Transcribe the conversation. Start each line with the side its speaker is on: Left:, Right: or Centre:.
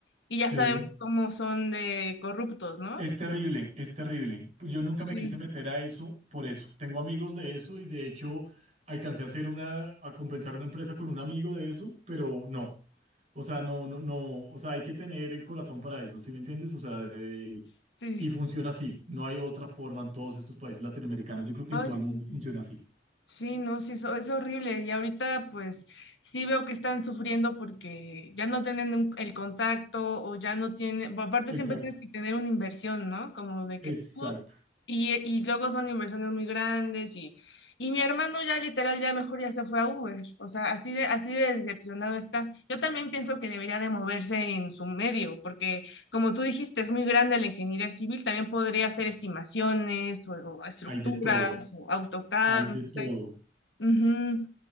Left: y ya
Right: Sí,
Left: sabemos cómo son de corruptos, ¿no?
Right: Es terrible, es terrible. Pues yo nunca
Left: Sí,
Right: me quise meter a eso por eso. Tengo amigos de eso y de hecho alcancé a hacer una, a compensar una empresa con un amigo de eso, pero no. O sea, no, no, no, o sea, hay que tener el corazón para eso, ¿sí me entiendes? O sea, de-
Left: sí.
Right: y funciona así. No hay otra forma en todos estos países latinoamericanos. Yo creo que
Left: Ay,
Right: en todo
Left: sí.
Right: el mundo funciona así.
Left: Sí, no, sí, eso es horrible. Y ahorita pues sí veo que están sufriendo porque ya no tienen un- el contacto o ya no tienen, bueno, aparte
Right: Exacto,
Left: siempre tienes que tener una inversión, ¿no? Como de que
Right: exacto.
Left: tú, y, y luego son inversiones muy grandes y, y mi hermano ya literal ya mejor ya se fue a Uber. O sea, así de, así de decepcionado está. Yo también pienso que debería de moverse en su medio porque como tú dijiste, es muy grande la ingeniería civil, también podría hacer estimaciones o, o estructuras
Right: Hay de todo,
Left: o AutoCAD,
Right: hay de
Left: no
Right: todo,
Left: sé. Ujú.